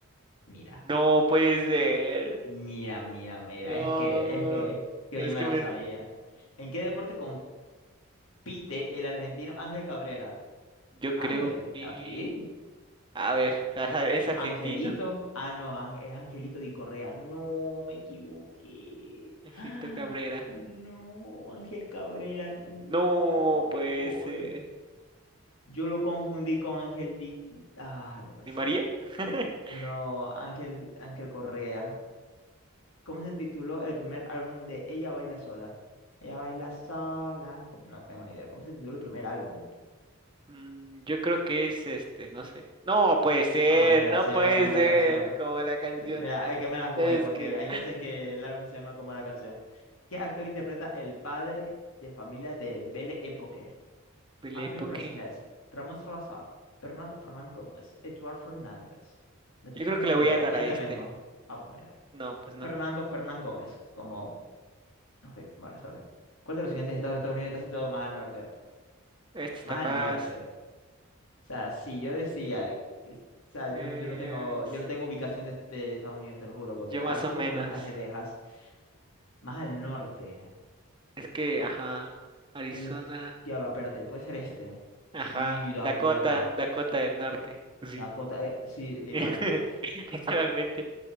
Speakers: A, on the left; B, on the right.
A: Mira,
B: No puede ser.
A: mira, mira, mira.
B: No.
A: Es que, es que, es que
B: Es
A: yo me
B: que
A: la
B: me...
A: sabía. ¿En qué deporte compite el argentino Ángel Cabrera?
B: Yo creo
A: Ángel,
B: que...
A: ¿aquí?
B: A ver, ajá, es argentino.
A: Angelito. Ah, no, Ang- es Angelito Di Correa. No, me equivoqué.
B: Egipto
A: Ah,
B: Cabrera.
A: No, Ángel Cabrera. No,
B: No puede
A: gol.
B: ser.
A: Yo lo confundí con Ángel Di. Ah, no puede
B: ¿Di
A: ser.
B: María? <laughs>
A: No, Ángel, Ángel Correa. ¿Cómo se tituló el primer álbum de Ella Baila Sola? Ella Baila Sola. No tengo ni idea. ¿Cómo se tituló el primer álbum?
B: Mm, Yo creo que es este, no sé. No puede ser,
A: Ah, pues mira,
B: no
A: se
B: puede
A: llama como
B: ser,
A: la canción.
B: como la canción.
A: Eh, me la- es que me la jugué,
B: Es
A: porque
B: que
A: hay veces que el álbum se llama como la canción. ¿Qué actor interpreta el padre de familia de Belle Époque?
B: Bele,
A: Antonio
B: ¿por
A: Resines,
B: qué?
A: Ramón Salazar, Fernando Fernán Gómez, Eduard Fernández. No tengo
B: Yo creo que
A: ni
B: le
A: idea.
B: voy a dar
A: Este
B: a este.
A: mismo. Ah, pues mira.
B: No, pues no.
A: Fernando Fernán Gómez, como... Ok, bueno, está bien. ¿Cuál de los siguientes estados de Estados Unidos está situado más al norte?
B: Este está
A: Más
B: fácil.
A: al norte. O sea, si yo decía... que- O sea, yo
B: Eh,
A: no, yo no tengo,
B: Ariz-
A: yo no tengo ubicación de, de Estados Unidos, te lo juro,
B: yo
A: porque al
B: más
A: sur,
B: o menos.
A: ¿cómo está Texas? Más al norte.
B: Es que, ajá, Arizona,
A: Uf, ya va, espérate, puede ser este.
B: ajá,
A: Sí, Dakota.
B: Dakota, Dakota del Norte. Sí.
A: Dakota, eh, sí, literalmente.
B: <laughs> Literalmente.